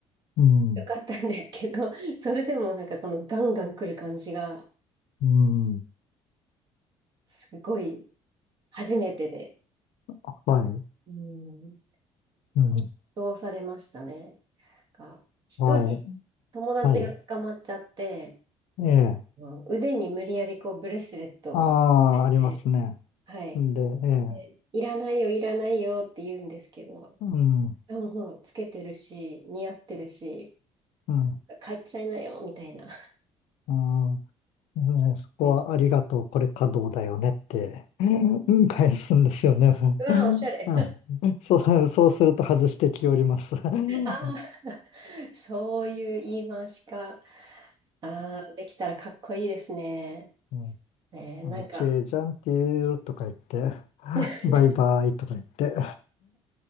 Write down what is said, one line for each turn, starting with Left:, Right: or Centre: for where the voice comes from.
Left: うん。
Right: よかったんですけど、<laughs> それでもなんかこのガンガン来る感じが、
Left: うん。
Right: すごい初めてで、
Left: はい。
Right: うん、
Left: うん。
Right: どうされましたね。なんか、一人友達が捕まっちゃって、
Left: はい。はい。ええ。
Right: うん腕に無理やりこうブレスレットをくれて、
Left: ああ、ありますね。
Right: はい。
Left: で、ええ。
Right: で、いらないよ、いらないよって言うんですけど、
Left: うん。
Right: あ、もうほら、つけてるし、似合ってるし、
Left: うん。
Right: 帰っちゃいなよ、みたいな。<laughs>
Left: うんねそこはありがとう、
Right: で
Left: これ稼働だよねって、うん返すんですよね。
Right: うわ、
Left: うん、
Right: おしゃれ。
Left: そう、そうすると外してきおります。うん
Right: あー <laughs> そういう言い回しか。ああ、できたらかっこいいですね。
Left: うん
Right: ねえ、なんか、
Left: あの、チェージャンティーとか言って、<laughs>
Right: <laughs>
Left: バイバイとか言って、